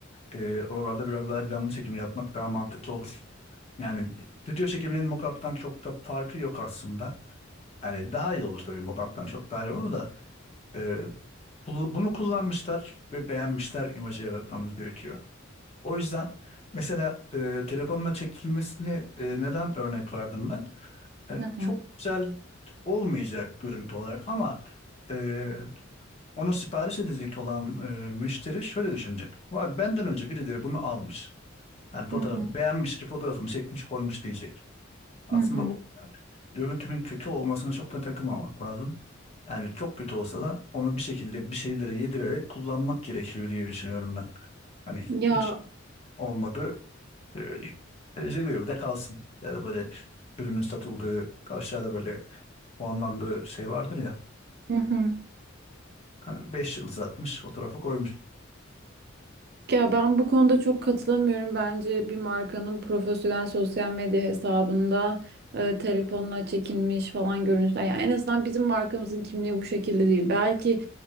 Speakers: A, on the left; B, on the right.
A: e, oralarda biraz daha canlı çekim yapmak daha mantıklı olur. Yani stüdyo çekiminin mockup'tan çok da farkı yok aslında. Yani daha iyi olur tabii mockup'tan çok daha iyi olur da e, Bu- Bunu kullanmışlar ve beğenmişler imajı yaratmamız gerekiyor. O yüzden mesela e, telefonla çekilmesini e, neden örnek verdim ben? E,
B: Hı hı.
A: çok güzel olmayacak görüntü olarak ama e, onu sipariş edecek olan e, müşteri şöyle düşünecek. Var benden önce birileri bunu almış. Yani fotoğrafı
B: Hı hı.
A: beğenmiş ki fotoğrafımı çekmiş koymuş diyecek. Aslında
B: Hı hı.
A: görüntünün kötü olmasına çok da takılmamak lazım. Yani çok kötü olsa da onu bir şekilde bir şeylere yedirerek kullanmak gerekiyor diye düşünüyorum ben. Hani
B: Ya
A: hiç olmadı. E, Rezil de kalsın. Ya da böyle ürünün satıldığı aşağıda böyle puanlandığı şey vardır ya.
B: hı hı.
A: Hani Beş yıldız atmış fotoğrafı koymuş.
B: Ya ben bu konuda çok katılamıyorum. Bence bir markanın profesyonel sosyal medya hesabında e, telefonla çekilmiş falan görüntüler. Yani en azından bizim markamızın kimliği bu şekilde değil. Belki